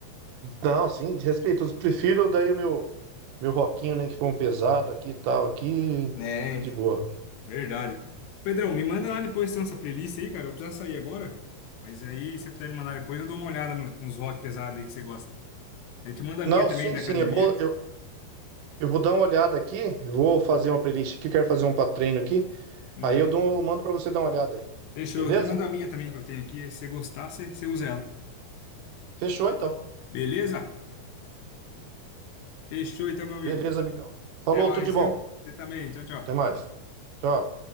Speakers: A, on the right; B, on the left.
A: não, sim, de respeito. Prefiro daí o meu meu rockinho, né, que foi um pesado aqui e tal, aqui
B: É, então.
A: de boa.
B: Verdade. Pedrão, me manda lá depois se tem essa playlist aí, cara. Eu vou precisar sair agora. Mas aí, se você puder me mandar depois, eu dou uma olhada no- nos rock pesado aí que você gosta. Eu te mando a minha
A: Não,
B: também
A: sim,
B: da
A: sim,
B: academia.
A: eu vou eu, eu vou dar uma olhada aqui, eu vou fazer uma playlist aqui, eu quero fazer um pra treino aqui.
B: Uhum.
A: Aí eu dou, mando pra você dar uma olhada aí.
B: Fechou.
A: Beleza?
B: Eu te mando a minha também que eu tenho aqui. Aí, Se você gostar, você, você usa ela.
A: Fechou então.
B: Beleza? Fechou então, meu amigo.
A: Beleza, amigão. Falou,
B: Até mais,
A: tudo de bom.
B: viu? Você também. Tchau, tchau.
A: Até mais. Tchau.